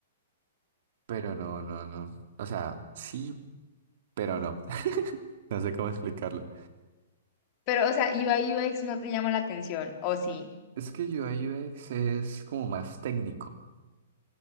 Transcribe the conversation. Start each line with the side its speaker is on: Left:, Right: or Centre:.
Right: pero no, no, no. O sea, sí pero no, <laughs> no sé cómo explicarlo.
Left: pero o sea, UI UX no te llama la atención, ¿o sí?
Right: Es que UI UX es como más técnico.